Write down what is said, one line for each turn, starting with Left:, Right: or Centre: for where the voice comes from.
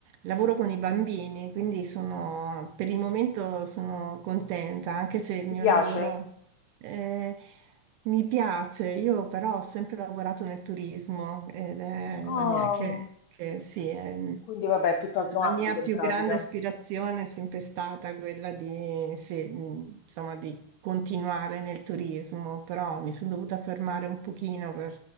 Right: Lavoro con i bambini, quindi sono, per il momento sono contenta, anche se il
Left: Ti
Right: mio
Left: piace?
Right: lavoro eh, mi piace. Io però ho sempre lavorato nel turismo ed è
Left: Ah,
Right: la mia, che, che sì, è-
Left: quindi vabbè, tutt'altro
Right: la
Left: ambito
Right: mia più
Left: in pratica.
Right: grande aspirazione è sempre stata quella di, sì, mh, insomma, di continuare nel turismo, però mi sono dovuta fermare un pochino per